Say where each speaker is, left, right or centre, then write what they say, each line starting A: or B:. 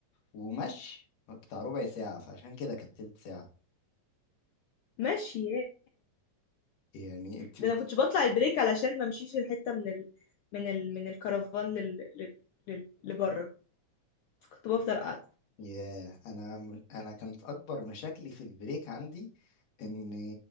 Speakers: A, on the left; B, on the left.
A: ومشي بتاع ربع ساعه فعشان كده كانت تلت ساعه
B: ماشي ياه.
A: يعني انت
B: ده انا كنتش بطلع البريك علشان ما امشيش الحته من ال... من ال... من الكرفان لل... لل... لل... لبره فكنت بفضل قاعده
A: ياه انا م- انا كانت اكبر مشاكلي في البريك عندي ان